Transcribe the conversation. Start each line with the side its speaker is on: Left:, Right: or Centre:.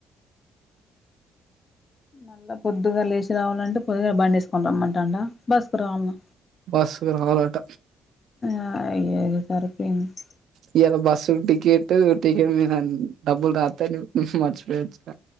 Left: మళ్ళా పొద్దుగాల లేచి రావాలంటే పొద్దుగాల బండి వేసుకుని రమ్మంటాండా బస్సుకు రావాల్నా
Right: బస్సుకు రావాలట
Left: ఆ అయ్యయ్యో సరిపోయింది
Right: ఇయ్యాల బస్సు టికెట్ టికెట్ మీద డబ్బులు రాత్తే నేన్ మర్చిపోయావొచ్చిన